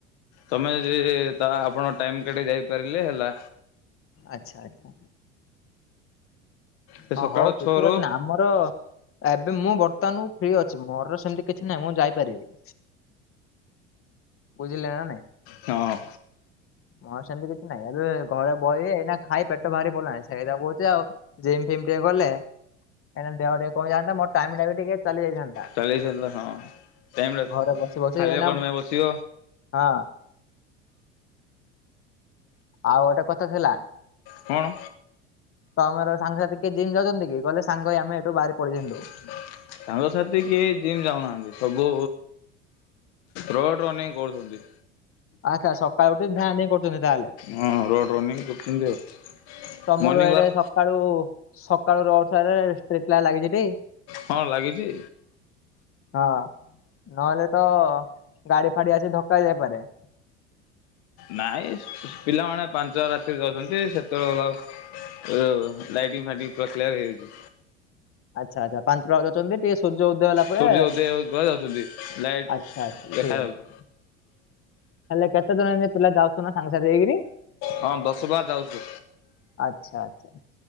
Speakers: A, on the left; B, on the left.
A: ତମେ ଯେ ତା ଆପଣଙ୍କ ଟାଇମ୍ କାଢ଼ିକି ଯାଇପାରିଲେ ହେଲା।
B: ଆଚ୍ଛା ଆଚ୍ଛା।
A: ସେ
B: ହ
A: ସକାଳ
B: ହଉ କିଛି
A: ଛଅରୁ
B: କଥା ନାହିଁ ଆମର ଏବେ ମୁଁ ବର୍ତ୍ତମାନକୁ ଫ୍ରି ଅଛି ମୋରର ସେମତି କିଛି ନାହିଁ ମୁଁ ଯାଇପାରିବି ବୁଝିଲେ ନା ନାଇଁ।
A: ହଁ।
B: ହଁ ସେମିତି କିଛି ନାଇଁ ଏବେ ଘରେ ବ ଏଇନା ଖାଇ ପେଟ ବାହାରି ପଡିଲାଣି ସେଇଟା କହୁଛି ଆଉ ଜିମ୍ ଫିମ୍ ଟିକେ ଗଲେ କାଇ ଦେହ ଟେ କଣ ଯାନ୍ତା ମୋ ଟାଇମ ଲାଗେ ଟିକେ ଚାଲି ଯାଇନ୍ତା
A: ଚାଳିଶ ହେଲା ହଁ ଟାଇମ୍ ଟା
B: ଘରେ ବସି ବସି
A: ଖାଲି
B: ଏନା।
A: କଣ ପାଇଁ ବସିବ
B: ହଁ। ଆଉ ଗଟେ କଥା ହେଲା
A: କଣ
B: ତ ଆମର ସାଙ୍ଗସଥି କିଏ ଜିମ୍ ଯାଉଛନ୍ତି କି? କହିଲେ ସାଙ୍ଗ ହେଇ ଆମେ ଏଠୁ ବାହାରି ପଳେଇଥାନ୍ତୁ।
A: ସାଙ୍ଗସାଥି କିଏ ଜିମ୍ ଯାଉନାହାନ୍ତି ସବୁ ରୋଡ ରନିଂ କରୁଛନ୍ତି।
B: ଆଚ୍ଛା ସକାଳୁ ଉଠି ଧାଁ ଧିଁ କରୁଛନ୍ତି ତାହେଲେ
A: ହଁ ରୋଡ ରନିଂ କରଛନ୍ତି ଆଉ
B: ତମର
A: ମର୍ଣ୍ଣିଂ
B: ଏଡେ
A: ୱାର୍କ
B: ସକାଳୁ ସକାଳୁ <unintelligible> ଲାଗିଛି ଟି।
A: ହଁ ଲାଗିଛି।
B: ହଁ ନହେଲେ ତ ଗାଡି ଫାଡି ଆସି ଧକ୍କା ହେଇ ଯାଇପାରେ। <unintelligible>
A: ନାଇଁ ପିଲାମାନେ ପାଞ୍ଚଟା ରାତିରେ ଯାଉଛନ୍ତି ସେତେବେଳେ ଗଲେ ଆଉ। ଓ ଲାଇଟିଙ୍ଗ ଫାଇଟିଙ୍ଗ ପୁରା <inaudible> ହେଇଯାଉଛି।
B: ଆଚ୍ଛା ଆଚ୍ଛା ପାଞ୍ଚ <unintelligible> ଟିକେ ସୂ ଉଦୟ ହେଲା ପରେ
A: ସୂର୍ଯ୍ୟ
B: ଆଚ୍ଛା
A: ଉଦୟ ହେଉଚି ପରେ ଯାଉଛନ୍ତି ଲାଇଟ୍
B: ଆଚ୍ଛା
A: ଦେଖାଯାଉଛି।
B: ଠିକ ଅଛି। ହେଲେ କେତେଜଣେ <unintelligible> ପିଲା ଏଇନେ ଯାଉଛ ନା ସାଙ୍ଗ ସାଥି ହେଇକିରି।
A: ହଁ ଦଶ ବାର ଯାଉଛୁ
B: ଆଛା ଆଛା